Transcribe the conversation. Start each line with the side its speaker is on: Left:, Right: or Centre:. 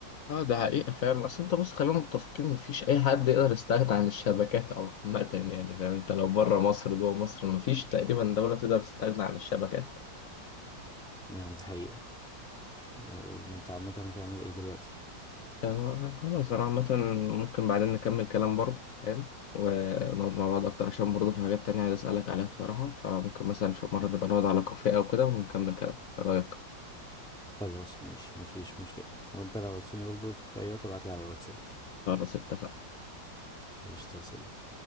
Left: اه ده حقيقة فعلا أصل أنت بص خلينا متفقين مفيش أي حد يقدر يستغنى عن الشبكات عامة يعني فاهم أنت لو بره مصر جوه مصر مفيش تقريبا دولة تقدر تستغنى عن الشبكات
Centre: يعني دي حقيقة آه، انت عامة هتعمل ايه دلوقتي
Left: آه، خلاص انا عامة ممكن بعدين نكمل كلام برضه فاهم ونقعد مع بعض اكتر عشان برضه في حاجات تانية عايز اسألك عليها بصراحة فممكن مثلا في مرة
Centre: إيه،
Left: نبقى نقعد على كافيه او كده ونكمل كلام ايه رأيك
Centre: خلاص ماشي مفيش مشكلة وانت لو عاوزتني برضو في اي وقت ابعتلي على الواتساب
Left: خلاص اتفقنا
Centre: قشطة يا صديقي